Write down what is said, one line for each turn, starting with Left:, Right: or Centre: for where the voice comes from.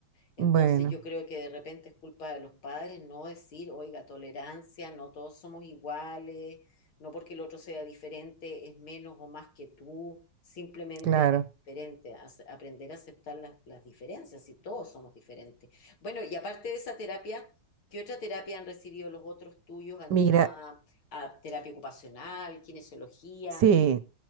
Left: Entonces
Right: Bueno,
Left: yo creo que de repente es culpa de los padres no decir, oiga, tolerancia, no todos somos iguales, no porque el otro sea diferente es menos o más que tú, simplemente
Right: claro.
Left: es diferente, Ace- aprender a aceptar las, las diferencias, si todos somos diferentes. Bueno, y aparte de esa terapia, ¿qué otra terapia han recibido los otros tuyos? ¿Han
Right: Mira,
Left: ido a, a terapia ocupacional, kinesiología?
Right: sí,